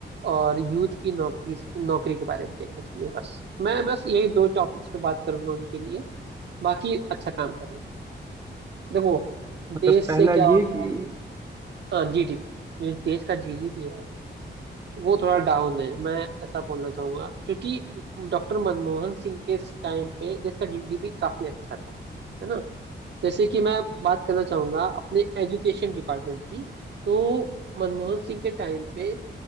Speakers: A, on the right; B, on the right.
A: और यूथ की नौकरी नौकरी के बारे में देखना चाहिए बस मैं बस यही दो टॉपिक्स पे बात करूंगा उनके लिए बाकी अच्छा काम कर रहे हैं देखो
B: मतलब
A: देश
B: पहला
A: से क्या होता
B: ये कि
A: है हाँ जीडीपी जो देश का जीडीपी है वो थोड़ा डाउन है मैं ऐसा बोलना चाहूंगा क्योंकि डॉक्टर मनमोहन सिंह के टाइम पे देश का जीडीपी काफी अच्छा था है ना जैसे कि मैं बात करना चाहूंगा अपने एजुकेशन डिपार्टमेंट की तो मनमोहन सिंह के टाइम पे